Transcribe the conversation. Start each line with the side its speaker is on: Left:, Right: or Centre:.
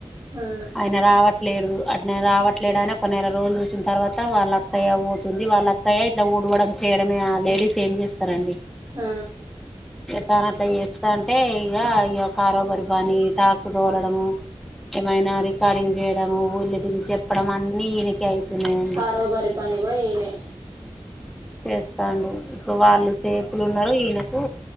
Right: ఆ
Centre: ఆయన రావట్లేడు వాటి నేను రావట్లేదనే కొన్ని నెల రోజులు చూసిన తర్వాత వాళ్ళ అక్కయ్య పోతుంది వాళ్ళ అక్కయ్య ఇట్లా ఊడవడం చేయడమే ఆ లేడీస్ ఏం చేస్తారండి
Right: ఆ
Centre: ఎతాన అట్లా ఏత్తాంటే ఇగ ఇఅ కరోబరి పని టాక్ తోలడము ఏమైనా రికార్డింగ్ చేయడము ఊళ్ళ తిరిగి చెప్పడం అన్ని ఈయనకే అవుతున్నాయండి
Right: ఆరో బరి పని కూడా ఈయనే
Centre: ఫేస్ త్తాండు ఇప్పుడు వాళ్ళు సేపులు ఉన్నారు ఈయనకు